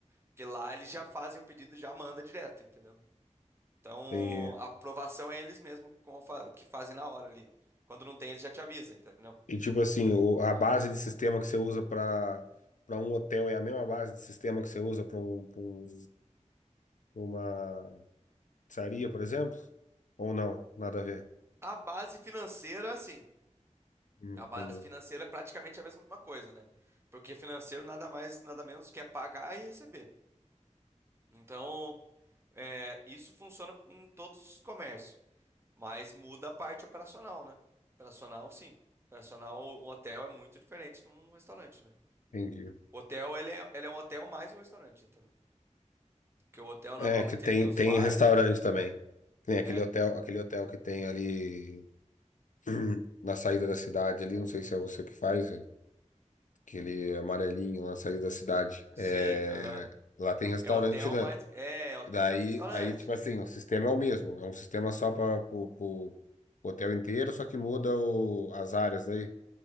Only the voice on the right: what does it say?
Porque lá eles já fazem o pedido, e já manda direto, entendeu? Então,
a aprovação é eles mesmos com- fa- que fazem na hora ali. Quando não tem, eles já te avisam, entendeu?
Claro.
A base financeira, sim.
A
base financeira é praticamente a mesma coisa, né? Porque financeiro nada mais, nada menos que é pagar e receber. Então, é, isso funciona em todos os comércios, mas muda a parte operacional, né? Operacional, sim. Operacional, o hotel é muito diferente de um restaurante, né?
O hotel, ele é, ele é um hotel mais um restaurante, entendeu? Porque o hotel
normalmente
ele tem os
quartos.
é.
É,
sim,
aham.
É hotel,
mas é é hotel
mais restaurante.